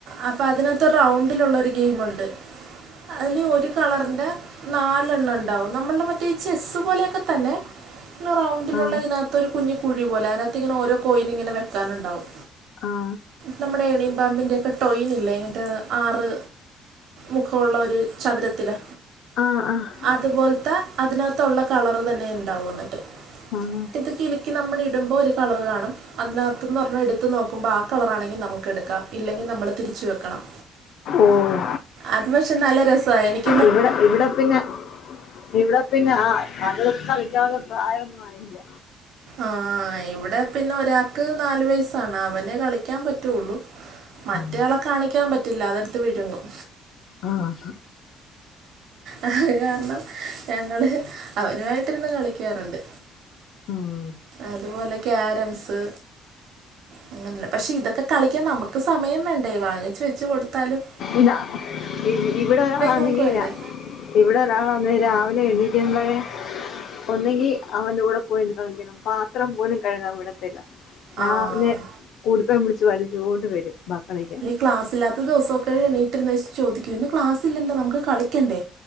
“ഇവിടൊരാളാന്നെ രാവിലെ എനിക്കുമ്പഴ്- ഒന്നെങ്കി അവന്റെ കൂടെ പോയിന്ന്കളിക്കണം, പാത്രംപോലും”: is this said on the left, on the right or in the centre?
Left